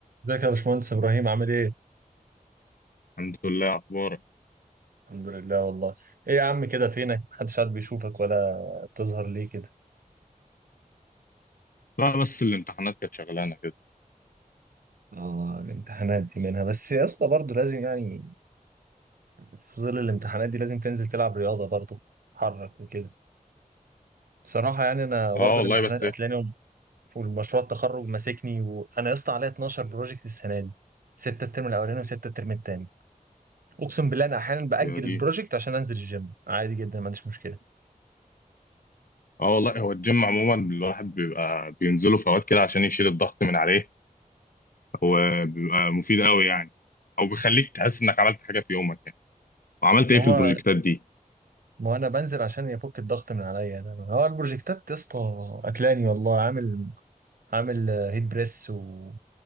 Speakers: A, on the right; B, on the left.
A: ازيك يا باشمهندس ابراهيم عامل ايه؟
B: الحمد لله اخبارك
A: الحمد لله والله ايه يا عم كده فينك محدش قاعد بيشوفك ولا بتظهر ليه كده؟
B: لا بس الامتحانات كانت شغلانه كده
A: اه الامتحانات دي منها بس يا اسطى برضه لازم يعني في ظل الامتحانات دي لازم تنزل تلعب رياضة برضه تحرك وكده بصراحة يعني انا برضه
B: اه والله
A: الامتحانات
B: بس
A: قتلاني
B: ايه
A: والمشروع التخرج ماسكني وانا يا اسطى عليا 12 بروجكت السنة دي ستة الترم الاولاني وستة الترم التاني اقسم بالله انا احيانا باجل
B: هي دي
A: البروجكت عشان انزل الجيم عادي جدا ما عنديش مشكلة
B: اه والله هو الجيم عموما الواحد بيبقى بينزله في اوقات كده عشان يشيل الضغط من عليه هو بيبقى مفيد قوي يعني او بيخليك تحس انك عملت حاجه في يومك يعني وعملت ايه
A: ما هو
B: في البروجكتات دي
A: ما هو انا بنزل عشان يفك الضغط من عليا ده هو البروجكتات يا اسطى اكلاني والله عامل عامل آه، هيت بريس و